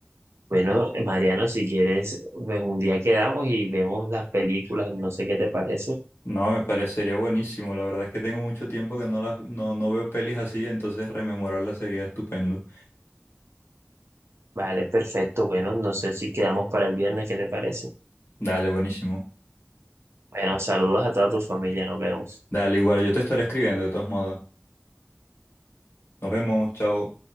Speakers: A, on the right; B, on the left.
A: Bueno, Mariano, si quieres, pues un día quedamos y vemos las películas, no sé qué te parece.
B: No, me parecería buenísimo. La verdad es que tengo mucho tiempo que no las, no, no veo pelis así, entonces rememorarlas sería estupendo.
A: Vale, perfecto. Bueno, no sé si quedamos para el viernes, ¿qué te parece?
B: Dale, buenísimo.
A: Bueno, saludos a toda tu familia, nos vemos.
B: Dale, igual, yo te estaré escribiendo de todos modos. Nos vemos, chao.